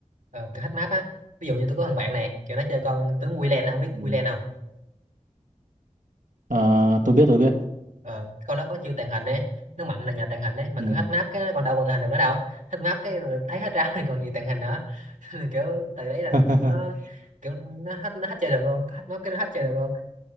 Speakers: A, on the right; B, on the right.
A: ờ, kiểu hack map á ví dụ như tôi có thằng bạn này kiểu nó chơi con tướng Wieland á ông biết
B: Ừ.
A: Wieland không
B: Ờ, tôi biết tôi biết
A: ờ, con nó có chiêu tàng hình đấy nó mạnh là nhờ tàng hình đấy mà
B: ừ.
A: cứ hack map cái nó còn đâu còn tàng hình được nữa đâu hack map cái là thấy hết rau thì còn gì tàng hình nữa <laughs> Nên kiểu từ đấy là
B: <laughs>
A: nó kiểu nó hết nó hết chơi được luôn hack map cái nó hết chơi được luôn